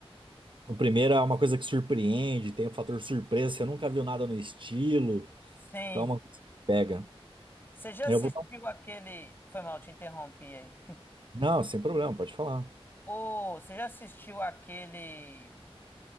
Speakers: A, on the right; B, on the left.
A: O primeiro é uma coisa que surpreende, tem o fator surpresa, você nunca viu nada no estilo,
B: Sim.
A: então é uma coisa que pega.
B: Você já assistiu
A: Eu vou dar um...
B: aquele, foi mal, te interrompi aí.
A: Não, sem problema, pode falar.
B: <laughs> Ô, você já assistiu aquele,